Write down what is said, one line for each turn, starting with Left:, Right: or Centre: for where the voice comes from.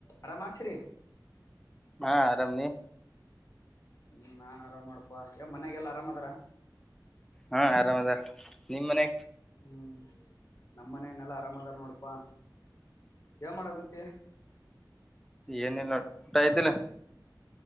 Left: ಅರಮಾಸರ್ರೀ
Centre: ಹಾ -ಆರಾಮ -ನೀ
Left: ಹ್ಮ್- ನಾನ್ ಆರಾಮ್ ನೋಡಪಾ- ಯ ಮನ್ಯಗೆಲ್ಲ ಆರಾಮ ಅದಾರ.
Centre: ಹಾ ಆರಾಮ್ ಅದಾರ ನಿಮ್ ಮನೆ
Left: ಹ್ಮ್ ನಮ್ಮನನೆಲ್ಲಾ ಆರಾಮ್ದಾರ ನೋಡಪಾ ಏನ್ ಮಾಡಾಕತ್ತಿ
Centre: ಏನಿಲ್ಲ ಊಟ ಆಐತಿಲ್ಲ